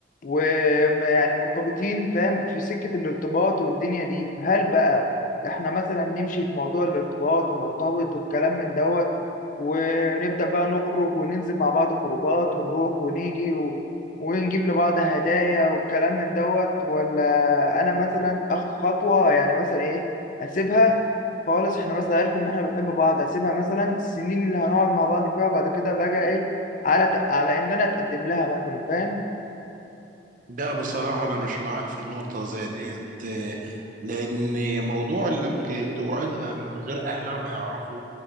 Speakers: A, on the left (about 45°); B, on the right (about 45°).
A: ويعني مرتبطين فاهم في سكه الارتباط والدنيا دي فهل بقى احنا مثلا نمشي في موضوع الارتباط ونرتبط والكلام من دوت ونبدا بقى نخرج وننزل مع بعض خروجات ونروح ونيجي و... ونجيب لبعض هدايا والكلام من دوت ولا انا مثلا اخد خطوه يعني مثلا ايه اسيبها خالص احنا بس عارف ان احنا بنحب بعض اسيبها مثلا السنين اللي هنقعد مع بعض فيها وبعد كده بقى ايه على على ان انا اتقدم لها مثلا فاهم
B: ده بصراحة أنا مش معاك في النقطة زي ديت آه، لأن موضوع إنك توعدها من غير أهلها ما يعرفوا